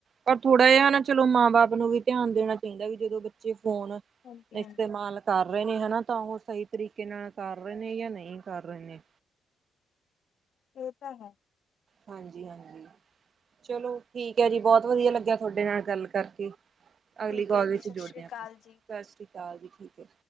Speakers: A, on the right; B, on the left.
A: ਪਰ ਥੋੜ੍ਹਾ ਜਿਹਾ ਨਾ ਚਲੋ ਮਾਂ ਬਾਪ ਨੂੰ ਵੀ ਧਿਆਨ ਦੇਣਾ ਚਾਹੀਦਾ ਵੀ ਜਦੋਂ ਬੱਚੇ ਫੋਨ
B: ਹਾਂਜੀ-ਹਾਂਜੀ।
A: ਇਸਤੇਮਾਲ ਕਰ ਰਹੇ ਨੇ ਹਨਾ ਤਾਂ ਉਹ ਸਹੀ ਤਰੀਕੇ ਨਾਲ ਕਰ ਰਹੇ ਨੇ ਜਾਂ ਨਹੀਂ ਕਰ ਰਹੇ ਨੇ
B: ਇਹ ਤਾਂ ਹੈ।
A: ਹਾਂਜੀ ਹਾਂਜੀ ਚਲੋ ਠੀਕ ਹੈ ਜੀ ਬਹੁਤ ਵਧੀਆ ਲੱਗਿਆ ਤੁਹਾਡੇ ਨਾਲ ਗੱਲ ਕਰਕੇ ਅਗਲੀ
B: ਠੀਕ
A: ਕਾਲ
B: ਹੈ
A: ਵਿੱਚ
B: ਜੀ,
A: ਜੋੁੜਦੇ
B: ਸਤਿ ਸ੍ਰੀ ਅਕਾਲ
A: ਹਾਂ ਸਤਿ
B: ਜੀ।
A: ਸ਼੍ਰੀ ਅਕਾਲ ਜੀ ਠੀਕ ਹੈ।